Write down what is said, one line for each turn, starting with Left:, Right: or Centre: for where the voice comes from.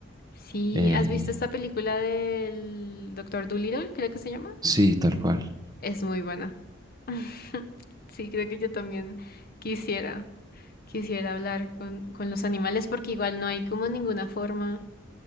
Left: Sí,
Right: Eh,
Left: ¿has visto esta película del Doctor Dolittle? Creo que se llama.
Right: sí, tal cual.
Left: Es muy buena. <laughs> Sí, creo que yo también quisiera. Quisiera hablar con, con los animales porque igual no hay como ninguna forma.